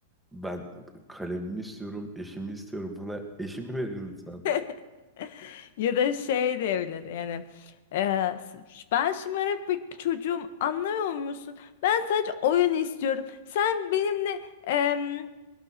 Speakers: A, in the centre; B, on the left (about 65°).
A: ben kalemimi istiyorum, eşimi istiyorum. Bana eşimi verin lütfen.
B: <laughs> Ya da şey diyebilir yani. eee, s- ben şımarık bir çocuğum anlamıyor musun? Ben sadece oyun istiyorum. Sen benimle em,